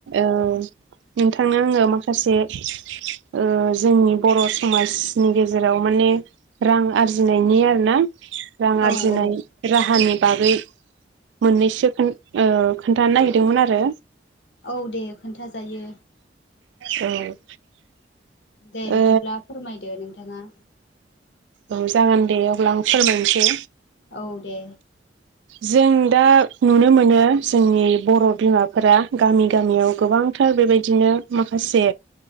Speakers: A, on the right; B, on the left.
A: ओ नोंथांनो आंङो माखासे ओ जोंनि बर' समाजनि गेजेराव माने रां आरजिनायनि आरोना रां
B: औ
A: आरजिनाय
B: औ
A: राहानि बागै मोननैसो खोन ओ खोन्थानो नागिरदोंमोन आरो
B: औ दे खोन्थाजायो।
A: औ।
B: दे
A: ओ
B: बिदिब्ला फोरमायदो नोंथाङा।
A: औ जागोन दे अब्ला आं फोरमायनोसै।
B: औ दे।
A: जों दा नुनो मोनो जोंनि बर' बिमाफोरा गामि गामियाव गोबां टार बेबायदिनो माखासे